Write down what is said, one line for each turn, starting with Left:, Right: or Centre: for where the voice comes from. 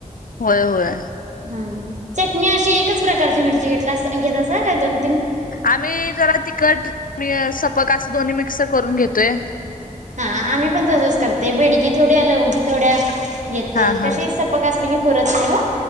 Left: होय होय
Right: ह चटणी अशी एकच प्रकारची मिरची घेतला संखेत का का तून
Left: आम्ही जरा तिकट पग अस दोन्ही मिक्स करून घेतोय.
Right: हा आम्ही पण तसच करत ते बिडगी थोड्या लवूनंगी थोड्या येते
Left: हा हा.
Right: कशी सपक असली की पुरत नाहीवा